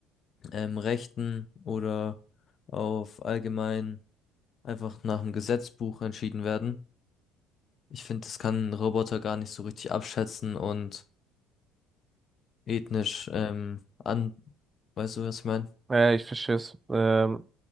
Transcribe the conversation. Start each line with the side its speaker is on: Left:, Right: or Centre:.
Left: ähm, Rechten oder auf allgemein einfach nach dem Gesetzbuch entschieden werden. Ich finde, das kann ein Roboter gar nicht so richtig abschätzen und ethnisch ähm, an. Weißt du, was ich meine?
Right: Äh, ich verstehe es. Ähm,